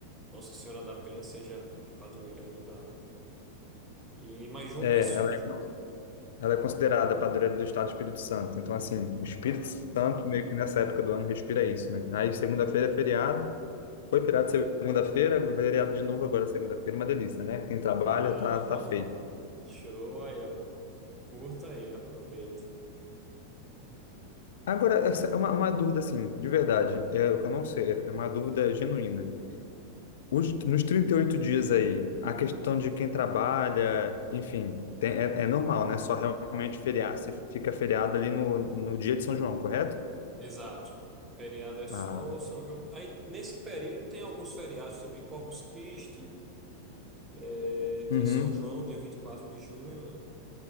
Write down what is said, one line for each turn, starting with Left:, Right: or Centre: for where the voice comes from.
Right: Nossa Senhora da Penha seja a padroeira aí da. E, mas João
Left: É,
Right: Pessoa.
Left: ela, é- ela é considerada a padroeira do Estado do Espírito Santo. Então, assim, o Espírito
Right: Ah,
Left: Santo meio que nessa época do ano respira isso, né? Aí, segunda-feira é feriado. Foi feriado segunda-feira, feriado de novo agora segunda-feira, uma delícia, né? Quem trabalha
Right: ah,
Left: tá,
Right: <laughs>
Left: tá feito.
Right: Show aí, ó. Curta aí, aproveite.
Left: Agora, essa é uma, uma dúvida, assim, de verdade, é o que eu não sei, é uma dúvida genuína. Os, nos 38 dias aí, a questão de quem trabalha, enfim, tem- é, é normal, né? Só realmente feriar. Você fica feriado ali no, no dia de São João, correto?
Right: Exato. Feriado é só
Left: Ah,
Right: São João. Aí, nesse período, tem alguns feriados também. Corpus Christi, é,
Left: uhum,
Right: tem São João, dia 24 de junho, né?